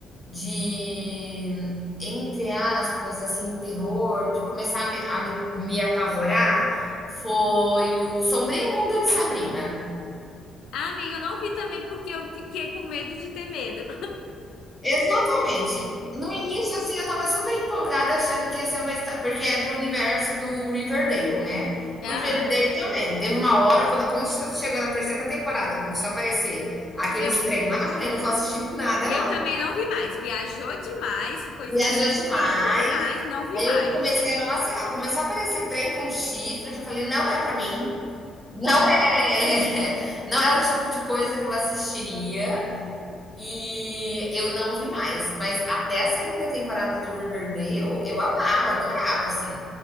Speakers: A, in the centre; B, on the left (about 70°).
A: de, entre aspas, assim, terror, de começar a me, a me, me apavorar, foi o Sombrio Mundo de Sabrina.
B: Ah, amiga, eu não vi também porque eu fiquei com medo de ter medo.
A: Exatamente. No início, assim, eu tava super empolgada achando que ia ser uma histó porque é do universo do Riverdale, né.
B: Aham.
A: O Riverdale também, teve uma hora quando como che chegou na terceira temporada, começou a aparecer aqueles
B: Eu,
A: trem lá, eu falei: não vou assistir nada
B: eu
A: não,
B: também não vi mais. Viajou demais, ficou esquisito
A: viajou demais".
B: demais, não vi
A: Aí
B: mais.
A: eu comecei a não assi a começou a aparecer trem com chifre, eu já falei: "Não é pra mim, não é <laughs> não é o tipo de coisa que eu assistiria". E eu não vi mais, mas até a segunda temporada de Riverdale eu amava, adorava, assim.